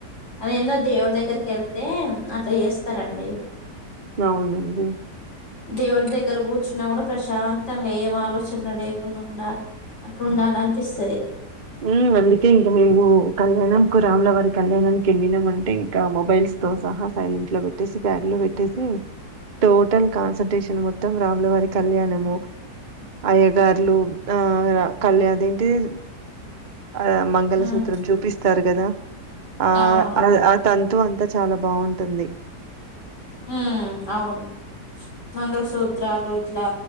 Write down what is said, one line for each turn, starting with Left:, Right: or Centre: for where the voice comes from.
Left: అదేందొ దేవుడి దగ్గరకెళ్తే అట్ల చెస్ త్తారాండి
Right: అవునండి
Left: దేవుడి దగ్గర కూర్చున్నా గూడా ప్రశాంతంగా ఏం ఆలోచన లేకుండుండా అట్లుండాలనిపిస్తది.
Right: మ్ అందుకే ఇంకా మేము కళ్యాణం కు రాములవారి కళ్యాణానికి వెళ్ళినము అంటే ఇంకా మొబైల్స్ తో సహా సైలెంట్ లో వెట్టేసి, బ్యాగ్ లో వెట్టేసి టోటల్ కాన్సన్ంట్రేషన్ మొత్తం రాములువారి కళ్యాణము అయ్యగార్లు ఆ ర కళ్యా దేంటిది ఆహ్ మంగళసూత్రం
Left: ఉమ్
Right: చూపిస్తారు గదా ఆ
Left: అవునవును
Right: ఆ తన్ తు అంతా చాలా బావుంటుంది.
Left: మ్ అవును మంగళసూత్రాలు ఇట్లా